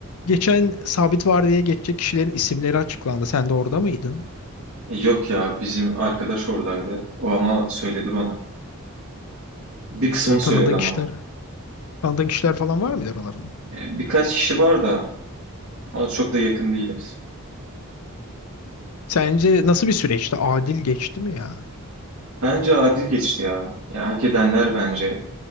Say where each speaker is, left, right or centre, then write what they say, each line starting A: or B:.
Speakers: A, on the left (about 80°); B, on the right (about 80°).
A: Geçen sabit vardiyaya geçecek kişilerin isimleri açıklandı. Sen de orada mıydın?
B: Yok ya bizim arkadaş oradaydı. O ama söyledi bana. Bir kısmını
A: Ee,
B: söyledi
A: tanıdığın
B: ama.
A: kişiler, tanıdığın kişiler falan var mıydı aralarında?
B: Yani birkaç kişi var da ama çok da yakın değiliz.
A: Sence nasıl bir süreçti? Adil geçti mi ya?
B: Bence adil geçti ya. Yani hak edenler bence